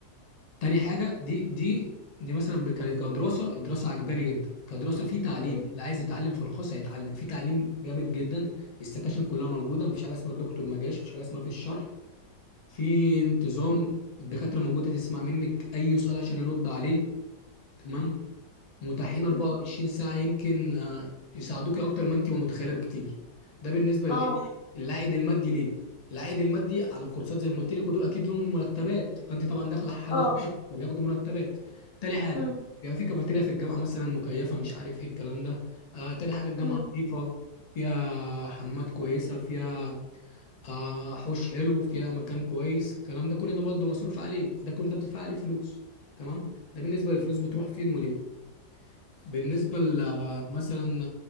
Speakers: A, on the left (about 80°); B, on the left (about 50°).
A: تاني حاجة دي دي دي مثلا ب- كانت كدراسة الدراسة عجباني جدا كدراسة في تعليم
B: مم.
A: اللي عايز يتعلم في الخاص هيتعلم في تعليم جامد جدا السكاشن كلها موجودة مفيش حاجة اسمها الدكتور ما جاش مفيش حاجة اسمها في الشرح في انتظام الدكاترة موجودة تسمع منك أي سؤال عشان يرد عليه تمام متاحين 24
B: مم.
A: ساعة يمكن آه، يساعدوك أكتر ما أنت ما متخيلة بكتير ده بالنسبة
B: اه
A: للإيه؟ العائد المادي ليه؟ العائد المادي على الكورسات زي ما قلت لك ودول أكيد لهم مرتبات فأنت طبعا داخلة حاجة
B: اه
A: خاصة فبياخدوا مرتبات تاني حاجة
B: مم.
A: بيبقى في كافيتيريا في الجامعة مثلا مكيفة مش عارف إيه الكلام ده آه تاني حاجة الجامعة
B: مم.
A: نظيفة فيها حمامات كويسة فيها آه حوش حلو فيها مكان كويس الكلام ده كل ده برضه مصروف عليه ده كل ده بتدفع عليه فلوس تمام ده بالنسبة للفلوس بتروح فين وليه بالنسبة ل- مثلا